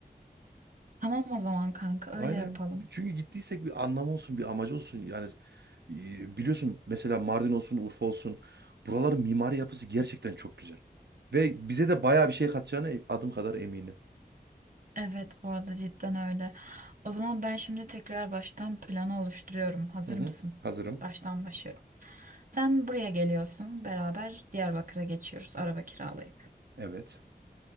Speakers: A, on the right (about 55°); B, on the right (about 90°).
A: Tamam o zaman kanka
B: Aynen.
A: öyle yapalım.
B: Çünkü gittiysek bir anlamı olsun, bir amacı olsun. Yani e, biliyorsun mesela Mardin olsun, Urfa olsun. Buraların mimari yapısı gerçekten çok güzel. Ve bize de bayağı bir şey katacağına adım kadar eminim.
A: Evet bu arada cidden öyle. O zaman ben şimdi tekrar baştan planı oluşturuyorum. Hazır
B: Hı hı.
A: mısın?
B: Hazırım.
A: Baştan başlıyorum. Sen buraya geliyorsun. Beraber Diyarbakır'a geçiyoruz araba kiralayıp.
B: Evet.